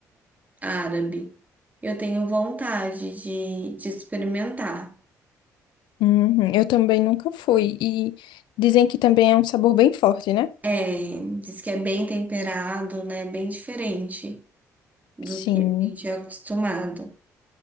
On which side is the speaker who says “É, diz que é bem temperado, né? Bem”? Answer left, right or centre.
Right